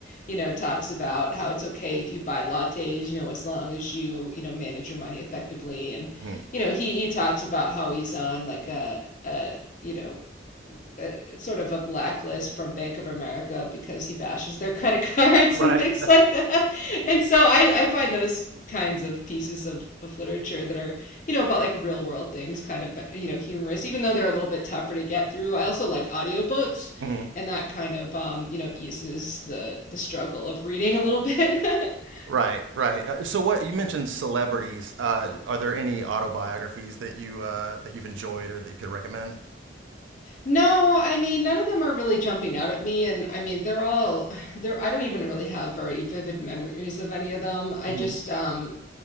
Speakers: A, on the left; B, on the right.
A: you know, talks about how it's okay if you buy lattes, you know, as long as you, you know, manage your money effectively. And,
B: hmm
A: you know, he, he talks about how he's on like a, a, you know, a, sort of a blacklist from Bank of America because he bashes their <laughs> credit cards
B: Right.
A: and things like that. And so I, I find those kinds of pieces of, of literature that are, you know, about like real world things kind of, you know, humorous, even though they're a little bit tougher to get through. I also like audiobooks
B: hmm
A: and that kind of, um, you know, eases the, the struggle of reading a little bit. <laughs>
B: Right. Right. Uh, so what you mentioned celebrities. Uh, are there any autobiographies that you uh, that you've enjoyed or that you could recommend?
A: No, I mean, none of them are really jumping out at me. And I mean, they're all they're I don't even really have very vivid memories of any of them. I
B: hmm
A: just um